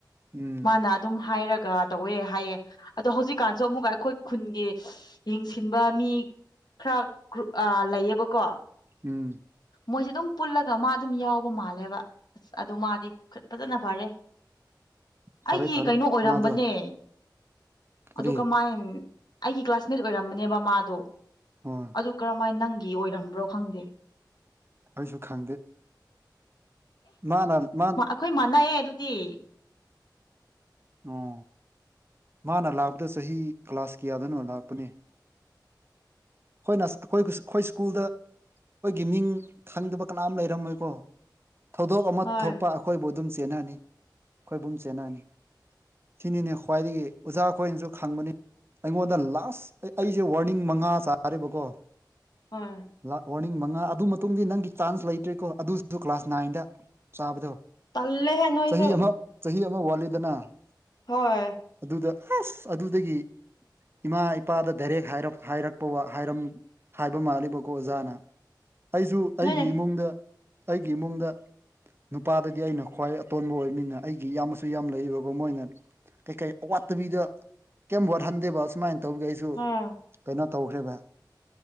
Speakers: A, on the right; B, on the left.
A: ꯎꯝ
B: ꯃꯥꯅ ꯑꯗꯨꯝ ꯍꯥꯏꯔꯒ ꯇꯧꯋꯦ ꯍꯥꯏꯌꯦ ꯑꯗꯣ ꯍꯧꯖꯤꯛꯀꯥꯟꯁꯨ ꯑꯃꯨꯛꯀ ꯑꯩꯈꯣꯏ ꯈꯨꯟꯒꯤ ꯌꯦꯡꯁꯤꯟꯕ ꯃꯤ ꯈꯔ ꯒ꯭ꯔꯨꯞ ꯂꯩꯌꯦꯕꯀꯣ
A: ꯎꯝ
B: ꯃꯣꯏꯖꯦ ꯗꯨꯝ ꯄꯨꯜꯂꯒ ꯃꯥ ꯑꯗꯨꯝ ꯌꯥꯎꯕ ꯃꯥꯜꯂꯦꯕ ꯑꯗꯨ ꯃꯥꯗꯤ ꯐꯖꯅ ꯐꯔꯦ
A: ꯐꯔꯦ
B: ꯑꯩꯒꯤ
A: ꯐꯔꯦ
B: ꯀꯩꯅꯣ ꯑꯣꯏꯔꯝꯕꯅꯦ
A: ꯃꯥꯗꯣ ꯀꯔꯤ
B: ꯑꯗꯨ ꯀꯃꯥꯏ ꯑꯩꯒꯤ ꯀ꯭ꯂꯥꯁꯃꯦꯠ ꯑꯣꯏꯔꯝꯕꯅꯦꯕ ꯃꯥꯗꯣ
A: ꯑꯣ
B: ꯑꯗꯨ ꯀꯔꯝꯍꯥꯏꯅ ꯅꯪꯒꯤ ꯑꯣꯏꯔꯝꯕ꯭ꯔꯣ ꯈꯪꯗꯦ
A: ꯑꯩꯁꯨ ꯈꯪꯗꯦ ꯃꯥꯅ ꯃꯥ
B: ꯈꯣꯏ ꯃꯥꯟꯅꯩꯌꯦ ꯑꯗꯨꯗꯤ
A: ꯑꯣ ꯃꯥꯅ ꯂꯥꯛꯄꯗꯨ ꯆꯍꯤ ꯀ꯭ꯂꯥꯁ ꯀꯌꯥꯗꯅꯣ ꯂꯥꯛꯄꯅꯦ ꯑꯩꯈꯣꯏ ꯅ ꯑꯩꯈꯣꯏ ꯑꯩꯈꯣꯏ ꯁ꯭ꯀꯨꯜꯗ ꯈꯣꯏꯒꯤ ꯃꯤꯡ ꯈꯪꯗꯕ ꯀꯅꯥꯝ ꯂꯩꯔꯝꯃꯣꯏꯀꯣ ꯊꯧꯗꯣꯛ ꯑꯃ
B: ꯍꯣꯏ
A: ꯊꯣꯛꯄ ꯑꯩꯈꯣꯏꯕꯨ ꯑꯗꯨꯝ ꯆꯦꯟꯅꯅꯤ ꯑꯩꯈꯣꯏꯕꯨ ꯆꯦꯟꯅꯅꯤ ꯁꯤꯅꯤꯅꯦ ꯈ꯭ꯋꯥꯏꯗꯒꯤ ꯑꯣꯖꯥ ꯈꯣꯏꯅꯁꯨ ꯈꯪꯕꯅꯤ ꯑꯩꯉꯣꯟꯗ ꯂꯥꯁ ꯑꯩ ꯑꯩꯁꯦ ꯋꯥꯔꯅꯤꯡ ꯃꯉꯥ ꯆꯥꯔꯤꯕꯀꯣ
B: ꯍꯣꯏ
A: ꯂꯥ ꯋꯥꯔꯅꯤꯡ ꯃꯉꯥ ꯑꯗꯨ ꯃꯇꯨꯡꯗꯤ ꯅꯪꯒꯤ ꯆꯥꯟꯁ ꯂꯩꯇ꯭ꯔꯦꯀꯣ ꯑꯗꯨꯁꯨ ꯀ꯭ꯂꯥꯁ ꯅꯥꯏꯟꯗ ꯆꯥꯕꯗꯣ
B: ꯇꯜꯂꯦꯍꯦ ꯅꯣꯏꯁꯦ
A: ꯆꯍꯤ ꯑꯃ ꯆꯍꯤ ꯑꯃ ꯋꯥꯠꯂꯤꯗꯅ
B: ꯍꯣꯏ
A: ꯑꯗꯨꯗ ꯑꯁ ꯑꯗꯨꯗꯒꯤ ꯏꯃꯥ ꯏꯄꯥꯗ ꯗꯥꯏꯔꯦꯛ ꯍꯥꯏꯔꯛ ꯍꯥꯏꯔꯝ ꯍꯥꯏꯕ ꯃꯥꯜꯂꯤꯕꯀꯣ ꯑꯣꯖꯥꯅ ꯑꯩꯁꯨ
B: ꯅꯣꯏꯅꯦ
A: ꯑꯩꯒꯤ ꯏꯃꯨꯡꯗ ꯑꯩꯒꯤ ꯏꯃꯨꯡꯗ ꯅꯨꯄꯥꯗꯗꯤ ꯑꯩꯅ ꯈ꯭ꯋꯥꯏ ꯑꯇꯣꯟꯕ ꯑꯣꯏꯕꯅꯤꯅ ꯑꯩꯒꯤ ꯏꯌꯥꯝꯃꯁꯨ ꯌꯥꯝ ꯂꯩꯕꯒꯣ ꯃꯣꯏꯅ ꯀꯩ ꯀꯩ ꯑꯋꯥꯠꯇꯕꯤꯗ ꯀꯩꯝ ꯋꯥꯠꯍꯟꯗꯦꯕ ꯑꯨꯃꯥꯏꯅ ꯇꯧꯕ ꯒꯤ ꯑꯩꯁꯨ
B: ꯍꯣꯏ
A: ꯀꯩꯅꯣ ꯇꯧꯈ꯭ꯔꯦꯕ